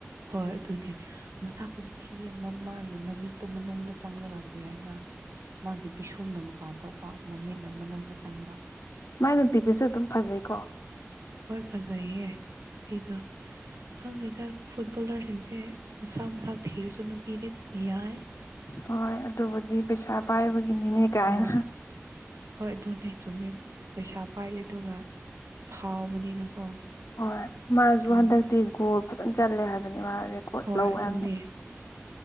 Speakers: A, on the right; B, on the left.
A: ꯍꯣꯏ ꯑꯗꯨꯅꯤ ꯃꯁꯥꯛꯄꯨꯗꯤ ꯊꯤ ꯑꯃ ꯃꯥꯒꯤ ꯃꯃꯤꯠꯇꯨ ꯃꯅꯨꯡꯗ ꯆꯪꯈ꯭ꯔꯒ ꯒꯔꯤ ꯍꯥꯏꯁꯤꯔꯥ ꯃꯥꯒꯤ ꯄꯤꯁꯨꯝꯅ ꯃꯄꯥꯟ ꯊꯣꯛꯄ ꯃꯃꯤꯠꯅ ꯃꯅꯨꯡꯗ ꯆꯪꯕ
B: ꯃꯥꯏ ꯅꯨꯄꯤꯗꯨꯁꯨ ꯑꯗꯨꯝ ꯐꯖꯩꯀꯣ
A: ꯍꯣꯏ ꯐꯖꯩꯌꯦ ꯅꯨꯄꯤꯗꯣ ꯍꯪꯗꯦꯗ ꯐꯨꯠꯕꯣꯂꯔꯁꯤꯡꯁꯦ ꯃꯁꯥ ꯃꯁꯥ ꯊꯤꯔꯁꯨ ꯅꯨꯄꯤꯗꯤ ꯑꯗꯨꯝ ꯌꯥꯏ
B: ꯍꯣꯏ ꯑꯗꯨꯕꯨꯗꯤ ꯄꯩꯁꯥ ꯄꯥꯏꯕꯒꯤꯅꯤꯅꯦ ꯀꯥꯏꯅ
A: ꯍꯣꯏ ꯍꯣꯏ ꯑꯗꯨꯅꯦ ꯆꯨꯝꯃꯤ ꯄꯩꯁꯥ ꯄꯥꯏ ꯑꯗꯨꯒ ꯐꯥꯎꯕꯅꯤꯅꯀꯣ
B: ꯍꯣꯏ ꯃꯥꯁꯨ
A: ꯑꯗꯨꯝ
B: ꯍꯟꯗꯛꯇꯤ ꯒꯣꯜ ꯐꯖꯅ ꯆꯜꯂꯦ ꯍꯥꯏꯕꯅꯦ ꯃꯥ ꯔꯦꯀꯣꯔꯠ
A: ꯍꯣꯏ
B: ꯂꯧꯋꯦ
A: ꯑꯗꯨꯅꯦ
B: ꯍꯥꯏꯕꯅꯤ